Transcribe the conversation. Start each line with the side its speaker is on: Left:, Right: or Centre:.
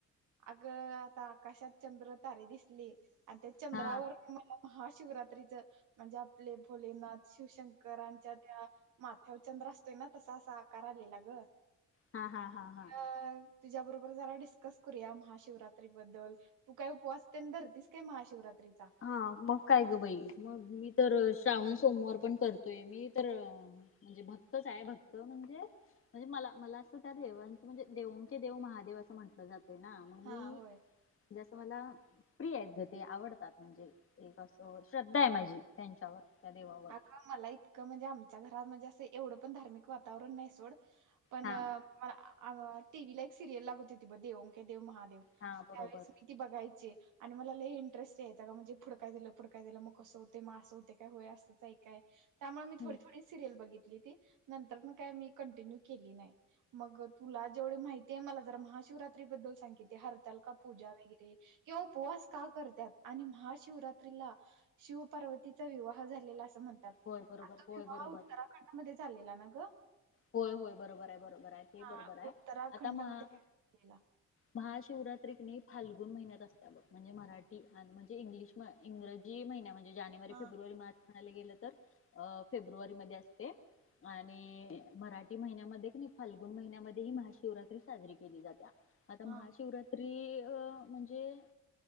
Right: अगं आता आकाशात चंद्र तारे दिसली आणि त्या चंद्रावर
Left: हा
Right: मला महाशिवरात्रीचं म्हणजे आपले भोलेनाथ शिवशंकरांच्या त्या माथ्यावर चंद्र असतोय ना तसा असा कलेला ग
Left: हा हा हा हा
Right: अ तुझ्या बरोबर जरा डिस्कस करूया महाशिवरात्रीबद्दल तू काय उपवासते रतीस काय महाशिवरात्रीचा
Left: हा मग काय ग बाई मग मी तर श्रावण सोमवार पण करतोय मी तर म्हणजे भक्तच आहे भक्त म्हणजे म्हणजे मला मला असं त्या देवांचे म्हणजे देऊणचे देव महादेव असं म्हटलं जाते ना मग
Right: हा
Left: मी
Right: होय
Left: जसं मला प्रिय आहेत ग ते आवडतात म्हणजे एक असं श्रद्धा आहे माझी त्यांच्यावर त्या देवावर.
Right: ह मला इतकं म्हणजे आमच्या घरात म्हणजे असं एवढं पण धार्मिक वातावरण नाही सोड पण.
Left: हा
Right: म टीव्ही ला एक सिरियल लागत होती बघ दे ओक देव महादेव
Left: हा
Right: त्यावेळेस
Left: बरोबर
Right: मी. मला बघायची आणि मला इंटरेस्ट यायं का म्हणजे फुडकाय दिलं फुडकाय दिलं मग कसं होते मग असं हो. काय अस काय त्यामुळे मी
Left: हम्म
Right: थोडी थोडी. सिरयल बघितली त नंतर काय मी कंटिन्यू केली नाही. मग तुला जेवढे माहितीय आहे मला जरा महाशिवरात्री बद्दल सांग की ते हरतालिका पूजन वगैरे. किंवा उपवास का करतात आणि महाशिवरात्रीला शिवपार्वती. तिचा विवाह झालेला अस म्हणतात
Left: होय बरोबर
Right: आ तो
Left: होय
Right: विवाह
Left: बरोबर
Right: उत्तराखंडमध्ये झालेला ना ग.
Left: होय होय बरोबर आहे बरोबर आहे ते
Right: हा
Left: बरोबर आहे
Right: उत्तराखंड
Left: आता महा.
Right: मध्ये काय झालेला
Left: महाशिवरात्री फाल्गुन महिन्यात असत बघ म्हणजे मराठी आणि म्हणजे इंग्लिश. इंग्रजी महिन्या म्हणजे जानेवारी
Right: हा
Left: फेब्रुवारी मार्च. म्हणाला गेलं तर अ फेब्रुवारी मध्ये असते आणि. मराठी महिन्यामध्ये क नाही फाल्गुून महिन्यामध्ये ही महाशिवरात्री साजरी केली जाते आता महाशिवरात्री
Right: हा
Left: अ म्हणजे